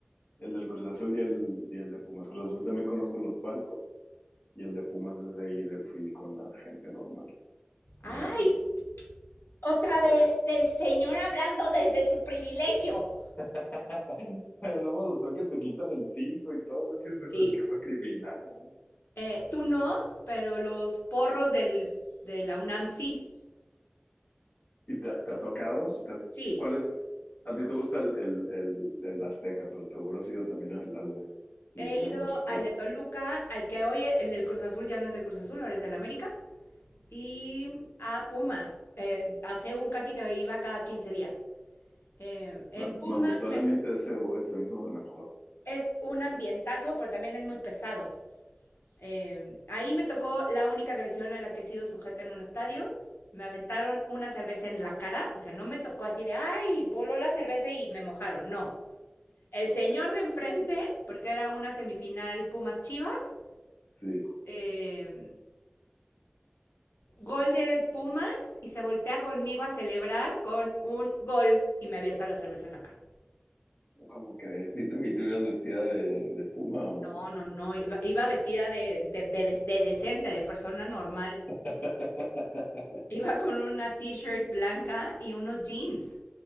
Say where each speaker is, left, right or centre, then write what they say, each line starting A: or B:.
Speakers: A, on the left; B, on the left.
A: el del Cruz Azul y el, y el de Pumas. Cruz Azul también conozco los palcos y el de Pumas es ahí, de- fui con la gente normal. Eh,
B: Ay, otra vez el señor hablando desde su privilegio.
A: <laughs> pero no me gustó que te quitan el cinto y todo, ¿qué es eso?
B: Sí.
A: Ni que fue criminal. ¿no?
B: Eh, tú no, pero los porros del, de la UNAM sí.
A: ¿Y te, te ha tocado? ¿Te-
B: Sí.
A: ¿Cuál es? A ti te gusta el, el, el, el Azteca, pero seguro has ido también al, al de, al
B: He
A: de Ciudad
B: ido
A: Universitaria.
B: al de Toluca, al que hoy el del Cruz Azul ya no es del Cruz Azul, ahora es del América. Y a Pumas. eh, a C U casi que iba cada 15 días. Eh, en
A: Me,
B: Pumas
A: me gustó
B: me-
A: el ambiente de CV, se me hizo el mejor.
B: es un ambientazo, pero también es muy pesado. Eh, ahí me tocó la única agresión a la que he sido sujeta en un estadio. Me aventaron una cerveza en la cara, o sea, no me tocó así de, ay, voló la cerveza y me mojaron, no. El señor de enfrente, porque era una semifinal Pumas Chivas,
A: Sí,
B: eh, gol de Pumas y se voltea conmigo a celebrar con un gol y me avienta la cerveza en la cara.
A: ¿cómo crees? ¿Y tú, y tú ibas vestida de, de puma o
B: No,
A: no?
B: no, no, iba, iba vestida de, de, de, de de decente, de persona normal.
A: <laughs>
B: Iba con una t-shirt blanca y unos jeans.